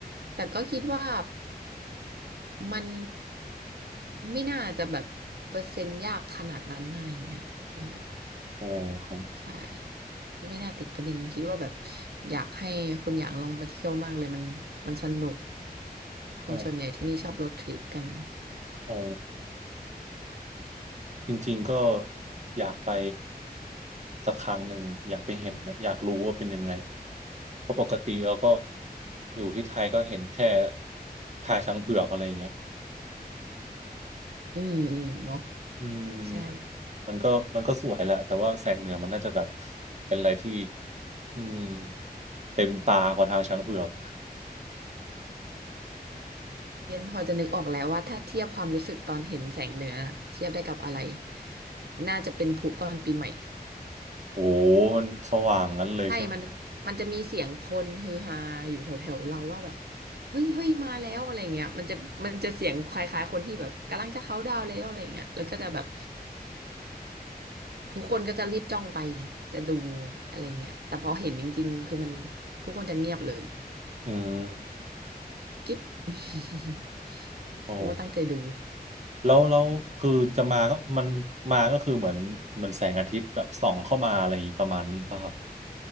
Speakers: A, on the right (about 75°); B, on the right (about 45°).
A: แต่ก็คิดว่ามันไม่น่าจะแบบเปอร์เซ็นต์ยากขนาดนั้นอะไรเงี้ยเออ
B: โอ้คร
A: ใช่ไม่น่าติดประเด็นคิดว่าแบบอยากให้คนอยากลองมาเที่ยวมากเลยมันมันสนุกคนส่วนใหญ่ที่นี่ชอบรถทริปกัน
B: ับ อ๋อจริงๆก็อยากไปสักครั้งหนึ่งอยากไปเห็นนะอยากรู้ว่าเป็นยังไงเพราะปกติเราก็อยู่ที่ไทยก็เห็นแค่ทายช้างเผือกอะไรอย่างเงี้ย
A: อืมอืมเนาะ
B: อืม
A: ใช่
B: มันก็มันก็สวยแหละแต่ว่าแสงเหนือมันน่าจะแบบเป็นอะไรที่อืมเต็มตากว่าทางช้างเผือก
A: เรียนพอจะนึกออกแล้วว่าถ้าเทียบความรู้สึกตอนเห็นแสงเหนือเทียบได้กับอะไรน่าจะเป็นพลุตอนปีใหม่
B: โอ้โหมันสว่างงั้นเลยใช่ไหม
A: ใช่มันมันจะมีเสียงคนฮือฮาอยู่แถวๆเราว่าแบบเฮ้ยเฮ้ยมาแล้วอะไรเงี้ยมันจะมันจะเสียงคล้ายๆคนที่แบบกำลังจะเขาน์ดาวน์แล้วอะไรเงี้ยแล้วก็จะแบบทุกคนก็จะรีบจ้องไปจะดูอะไรเงี้ยแต่พอเห็นจริงๆคือมันทุกคนจะเงียบเลย
B: อืม
A: กิ๊บ <laughs>
B: โอ้
A: เพราะว่าตั้งใจดู
B: แล้วแล้วคือจะมาก็มันมาก็คือเหมือนเหมือนแสงอาทิตย์แบบส่องเข้ามาอะไรประมาณนั้นป่ะครับ